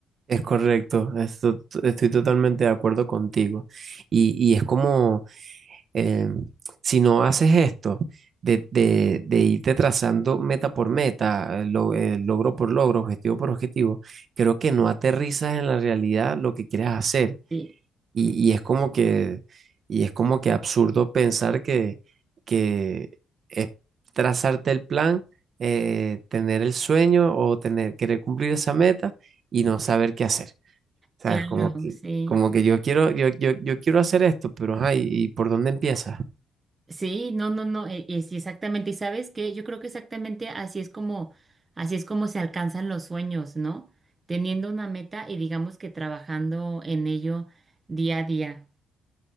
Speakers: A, on the right; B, on the right.
A: Es correcto, esto- estoy totalmente de acuerdo contigo. Y, y es como, eh, si no haces esto, de, de- de irte trazando meta por meta, eh, lo- eh, logro por logro, objetivo por objetivo, creo que no aterrizas en la realidad lo que quieres hacer.
B: Sí,
A: Y, y es como que, y es como que absurdo pensar que, que es trazarte el plan, eh, tener el sueño o tener, querer cumplir esa meta y no saber qué hacer. ¿Sabes?
B: claro,
A: Como que,
B: sí.
A: como que yo quiero, yo, yo, yo quiero hacer esto, pero ajá, ¿y, y por dónde empiezas?
B: Sí, no, no, no, e- es exactamente. Y sabes que yo creo que exactamente así es como, así es como se alcanzan los sueños, ¿no? Teniendo una meta y digamos que trabajando en ello día a día.